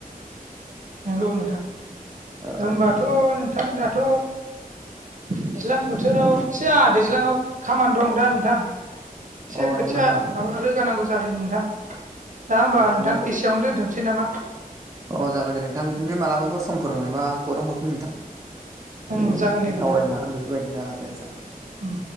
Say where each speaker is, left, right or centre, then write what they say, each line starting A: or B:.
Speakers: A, on the right; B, on the right.
A: नंगौ नोंथां होनबाथ'
B: ओ नंगौ
A: नोंथां दाथ' दैज्लां बोथोराव एसे आहा दैज्लाङाव खामानि दं दा नोंथां। एसे
B: अ
A: खोथिया
B: नंगौ नामा नोंथां?
A: माबा रोगानांगौ जादों नोंथां दा होमबा
B: अ
A: नोंथां
B: नंगौ ना
A: एसे इयावनो दोनथनिसै नामा?
B: अ जागोन दे नोंथां बिदिनो मालाबाफोर समफोर मोनोबा खौरां हरफिन नोंथां।
A: ओं
B: ओ
A: जागोन दे नोंथां
B: सावरायनो हागोन बेफोरबायदिनो दे जागोन
A: उम